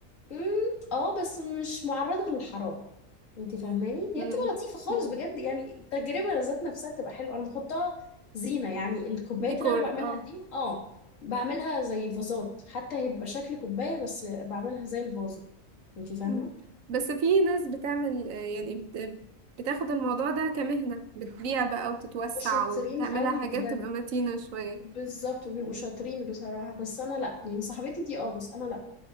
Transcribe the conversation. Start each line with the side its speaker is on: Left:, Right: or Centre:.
Left: مم، اه بس مش معرضة للحرارة انت فاهماني هي
Right: مم.
Left: بتبقى لطيفة خالص
Right: مم.
Left: بجد يعني التجربة ذات نفسها بتبقى حلوة انا بحطها زينة يعني الكوبايات
Right: ديكور
Left: اللي انا بعملها
Right: اه
Left: دي اه بعملها زي فازات حتى هي بيبقى شكل كوباية بس بعملها زي الفازة انت فاهمة
Right: مم. بس في ناس بتعمل آه، يعني بت- بتاخد الموضوع ده كمهنة بتبيع بقى وتتوسع
Left: مش شاطرين
Right: وبتعملها
Left: قوي
Right: حاجات
Left: بجد
Right: تبقى متينة شوية
Left: بالظبط وبيبقوا
Right: مم.
Left: شاطرين بصراحة بس أنا لأ يعني صاحبتي دي اه بس أنا لأ